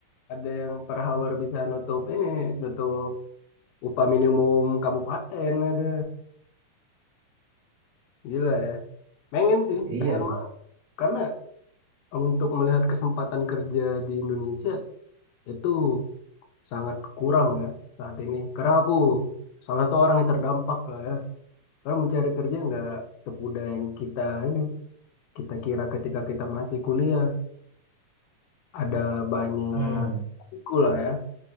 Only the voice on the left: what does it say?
ada yang per hour bisa nutup ini, nutup upah minimum kabupaten ada. Gila ya. Pengen sih,
pengen
banget. Karena untuk melihat kesempatan kerja di Indonesia itu sangat kurang ya saat ini. Karena aku salah satu orang yang terdampak lah ya. Karena mencari kerja nggak semudah yang kita ini kita kira ketika kita masih kuliah ada banyak
tiku lah ya